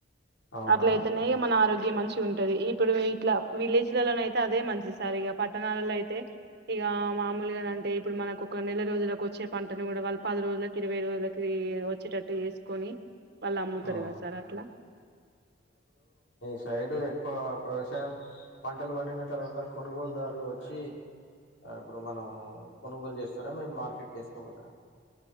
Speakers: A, on the left (about 85°); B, on the right (about 60°).
A: అవునా
B: అట్ల అయితేనే మన ఆరోగ్యం మంచిగా ఉంటది ఇప్పుడు ఇట్లా విలేజ్లలో అయితే అదే మంచి స ఇ పట్టణాలలో అయితే ఇక మామూలుగాంటే ఇప్పుడు మనకు ఒక నెల రోజులలకు వచ్చే పంటను కూడా వాళ్ళ పది రోజులకి ఇరవై రోజులకి వచ్చేటట్టు చేసుకొని వాళ్ళు అమ్ముతారు
A: ఆ
B: కదా సార్ అట్లా
A: సైడు ఎక్కువ వ్యవసాయం పంటలు పండిన తర్వాత కొనుగోలుదారులు వచ్చి ఇప్పుడు మనం కొనుగోలు చేస్తారా మీరు మార్కెట్కి వేసుకోపోతారా